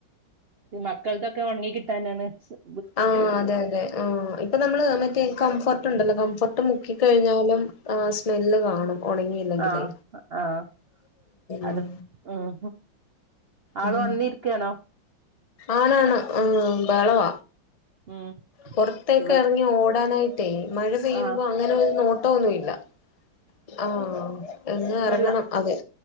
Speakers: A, on the right (about 75°); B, on the left (about 40°).
A: ഇ മക്കൾക്കൊക്കെ ഉണങ്ങി കിട്ടാാനാണ്സ് -
B: ആഹ് അതെ അതെ ആഹ് ഇപ്പൊ നമ്മള് മറ്റേ കംഫോർട്ട്ണ്ടല്ലോ കംഫോർട്ട് മുക്കികഴിഞ്ഞാ- ന്നാലും ആഹ് സ്മെല്ല് കാണും ഉണങ്ങിയില്ലെങ്കിലേ
A: ആഹ് ആഹ് അത്
B: ഉം
A: ഉം ആള്
B: ഉം
A: വന്നിരിക്കയാണോ
B: ആണ് ആണ് ഉം ബഹളവ
A: ഉം
B: പുറത്തേക്ക്
A: ഇവ
B: ഇറങ്ങി ഓടാനായിട്ടേ മഴ പെയ്യുമ്പോ
A: ആഹ്
B: അങ്ങനെ ഒരു നോട്ടംന്നുല്ല ആഹ് എന്ന് ഇറങ്ങണം
A: വെള്ളം
B: അതെ